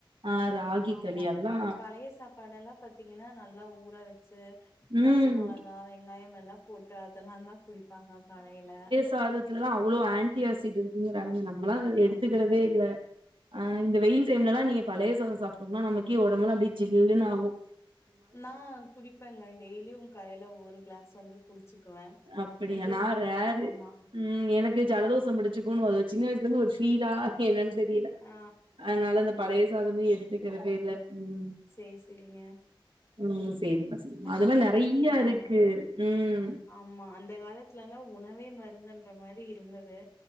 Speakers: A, on the right (about 75°); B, on the left (about 35°).
A: ஆ ராகி
B: ஆமா
A: களி அதெல்லா
B: பின்ன பழய சாப்பாடெல்லா எல்லா பத் பத்திங்கன்னா நல்லா ஊற வெச்சு
A: ம்
B: பச்ச மொளகா வெங்காயம் எல்லா போட்டு அதல்லாம் தா குடிப்பாங்க காலையல
A: தாலத்துலல்லாம் அவ்வுளோ ஆன்ட்டி ஆசிட் இருக்குங்குறாங்க நம்மளாம் அத எடுத்துக்குறதே
B: ஆமா
A: இல்ல ஆ இந்த வெயில் டைம்லல்லாம் நீங்க பழய சாதோ சாப்ட்டோம்னா நமக்கே ஒடம்பெலா அப்டியே ஜில்லுன் ஆகும்
B: நா குடிப்பங்க டெய்லியும் காலைல ஒவ்வொரு க்ளாஸ் வந்து குடிச்சிக்குவே
A: அப்படியா
B: கொஞ்சோண்டு
A: நா
B: ஊர
A: ரேரு
B: வெச்சு ஆம்மா
A: ம் எனக்கு ஜலதோசம் பிடிச்சுக்குணு அ சின்ன வய்ஸ்லந்து ஒரு ஃபீலா என்னன் தெரியல
B: ஆ
A: அத்னால இந்த பழைய சாதமே எடுத்துக்கிறதே இல்ல ம்
B: சேர் சேரிங்க
A: உம் சேரிமா சேரிமா
B: அந்த
A: அது மாரி
B: மாதிரி
A: நெறயா இருக்கு
B: ஆ
A: ம்
B: ஆமா அந்த காலத்லல்லா உணவே மருந்துன்ற மாரி இருந்துது